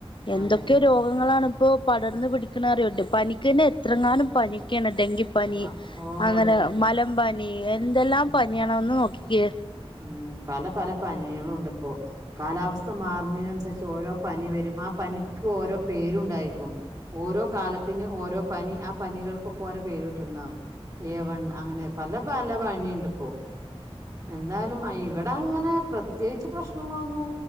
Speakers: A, on the left; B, on the right.
A: എന്തൊക്കെ
B: അതെ
A: രോഗങ്ങളാണ് ഇപ്പോൾ പടർന്ന് പിടിക്കണറുണ്ട് പനിക്ക് തന്നെ എത്രങ്ങാനും പനിയൊക്കെയാണ് ഡെങ്കി പനി
B: ആ, ഓ
A: അങ്ങനെ
B: ഡെങ്കി
A: മലമ്പനി എന്തെല്ലാം
B: ഉം
A: പനിയണോ ഒന്ന് നോക്കിക്കെ
B: ഉം പല പല പനികളും ഉണ്ട്പ്പോ കാലാവസ്ഥ മാറുന്നതിനനുസരിച്ച് ഓരോ പനി വരും ആ പനിക്ക് ഓരോ പേരുണ്ടായിരിക്കും ഓരോ കാലത്തിന് ഓരോ പനി ആ പനികൾകൊക്കെ ഓരോ പേര്ട്ട് ണ്ടാവും ഏ വൺ അങ്ങനെ പല പല പനി യുണ്ട് ഇപ്പോ എന്തായാലും ഇവിടെ അങ്ങനെ പ്രത്യേകിച്ച് പ്രശ്നങ്ങളൊന്നും